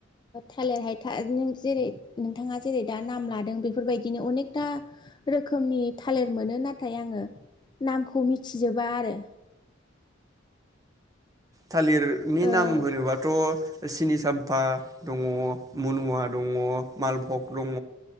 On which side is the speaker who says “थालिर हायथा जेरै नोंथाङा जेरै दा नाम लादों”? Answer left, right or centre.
Left